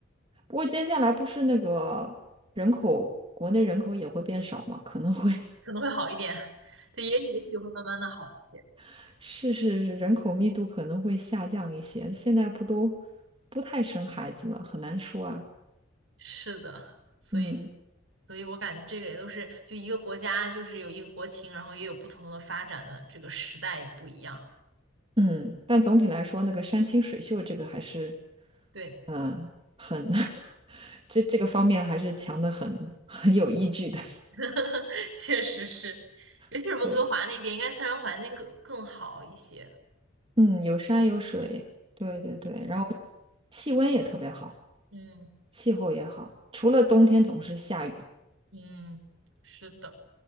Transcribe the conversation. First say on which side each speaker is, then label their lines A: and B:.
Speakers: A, on the right; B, on the right.
A: 不过接下来不是那个人口，国内人口也会变少嘛，可能会
B: 可能会好一点，<laughs> 对，也也许会慢慢的好一些。
A: <laughs> 是是是，人口密度可能会下降一些。现在不都不太生孩子了，很难说啊。
B: 是的，所以
A: 嗯
B: 所以我感觉这个也都是就一个国家就是有一个国情，然后也有不同的发展的这个时代也不一样。
A: 嗯，但总体来说，那个山清水秀这个还是
B: 对。
A: 嗯呃很 <laughs> 这这个方面还是强的很，<laughs> 很有依据的。
B: <laughs> 确实是，尤其是温哥华那边，
A: <laughs> 对，
B: 应该自然环境更更好一些。
A: 嗯，有山有水，对对对，然后气温也特别好，
B: 嗯
A: 气候也好，除了冬天总是下雨。
B: 嗯，是的。